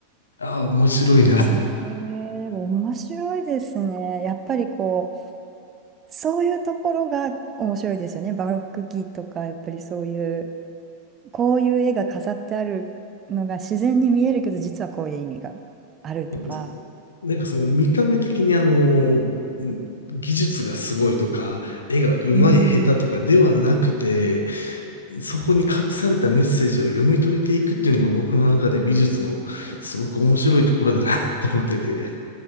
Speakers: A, on the left; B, on the right.
A: ああ、面白いな。
B: へえ面白いですね。やっぱりこう、そういうところが面白いですよね。バロック期とか、やっぱりそういう、こういう絵が飾ってあるのが自然に見えるけど、実はこういう意味があるとか。
A: <laughs> なんかその見た目的にあの、技術がすごいとか、絵が上手い下手とかではなくて、
B: うん。
A: そこに隠されたメッセージを読み解いていくっていうのが僕の中で美術のすごく面白いところだなと思ってて、